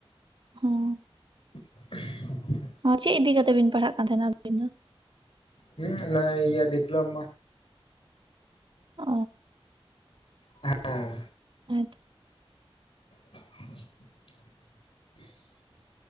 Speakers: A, on the right; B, on the left.
A: ᱦᱮᱸ᱾
B: <inaudible>
A: ᱚ ᱪᱮᱫ ᱤᱫᱤ ᱠᱟᱛᱮ ᱵᱤᱱ ᱯᱟᱲᱦᱟᱜ ᱠᱟᱱ ᱛᱟᱦᱮᱱᱟ ᱟᱵᱤᱱ ᱫᱚ?
B: ᱦᱩᱸ ᱚᱱᱟ ᱤᱭᱟᱹ ᱰᱤᱯᱞᱳᱢᱟ᱾
A: ᱚ
B: ᱦᱮᱸ
A: ᱦᱮᱸ ᱛᱚ᱾
B: <inaudible>